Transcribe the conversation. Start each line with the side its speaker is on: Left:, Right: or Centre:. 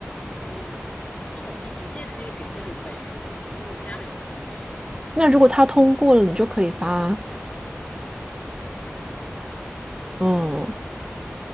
Left: 嗯，那我是直接可以给这个本人发嘛，因为我加了几个律师。
Right: 那如果他通过了，你就可以发，
Left: 好的，好的，
Right: 嗯。
Left: 可以。